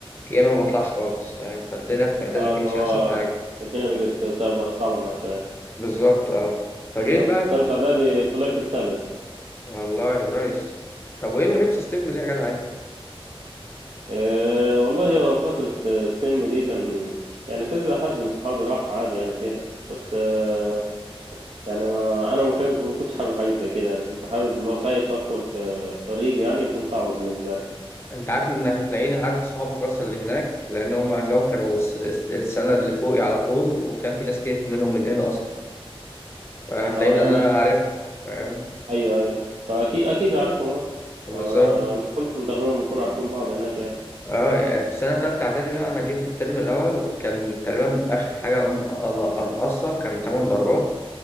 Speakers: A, on the left (about 25°); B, on the right (about 75°).
A: يا إما ما بطلعش خالص فاهم فالدنيا في إعدادي
B: آه
A: ما
B: اللي
A: كانتش
B: هو
A: أحسن حاجة
B: الدنيا بقت صعبة صعبة معاك شوية
A: بالظبط أه فجيت
B: أنا في
A: بقى
B: الثالثة إعدادي طلعت الثالث
A: والله نايس طب وإيه ما جبتش ستيم ليه يا جدع أنت؟
B: إيه والله هو فترة ستيم دي كان يعني كذا حد من صحابي راح عادي يعني فيها بس آه، يعني ما انا ما كان- ما كنتش حابب حاجه زي كده يعني كنت حابب اللي هو خايف ادخل في طريق يعني يكون صعب بالنسبه لي
A: انت عارف انك هتلاقيني عارف اصحابك اصلا اللي هناك لان هم هتلاقيهم كانوا الس- الس- السنه اللي فوقي على طول وكان في ناس كتير منهم من هنا اصلا فهتلاقيني
B: اه يعني
A: انا عارف فاهم
B: ايوه ايوه فاكيد اكيد اعرفهم اه
A: بالظبط
B: ما انت كلكم تقريبا بتكونوا عارفين بعض هناك يعني
A: اه يعني في سنه تالته اعدادي بقى انا جيت الترم الاول كان تقريبا اخر حاجه أن- أن- انقصها كان 8 درجات